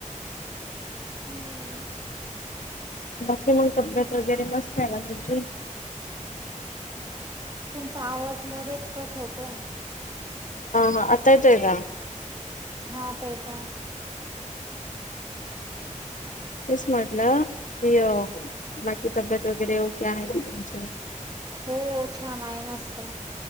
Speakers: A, on the right; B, on the left.
A: हम्म.
B: बाकी मग तब्येत वगैरे मस्त आहे ना तुमची?
A: तुमचा आवाज मध्येच कट होतोय.
B: हा हा आत्ता येतो हे का.?
A: हा आत्ता येतो है.
B: तेच म्हटलं की अ बाकी तब्येत वगैरे ओक आहे का तुमची.
A: हो छान आहे मस्त.